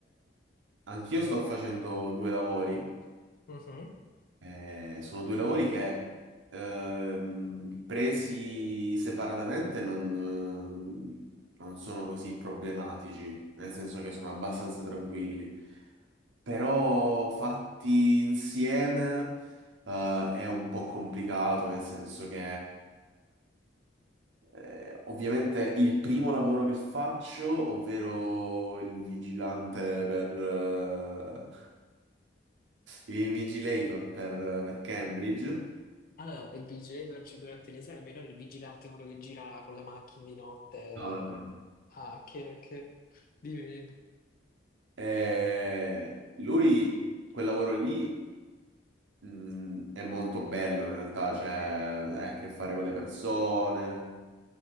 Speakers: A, on the right; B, on the left.
A: anch'io sto facendo due lavori,
B: Mhm.
A: eh, sono due lavori che ehm, presi separatamente non non sono così problematici, nel senso che sono abbastanza tranquilli. però fatti insieme eh, è un po' complicato, nel senso che eh, ovviamente il primo lavoro che faccio, ovvero il vigilante per eh, il vigilator per, per Cambridge,
B: Ah, il vigile cioè, durante l'esame, non il vigilante, quello che gira con la macchina di notte.
A: No, no.
B: Ah, che, che... Dimmi.
A: eh, lui quel lavoro lì mh, è molto bello in realtà, cioè ha a che fare con le persone.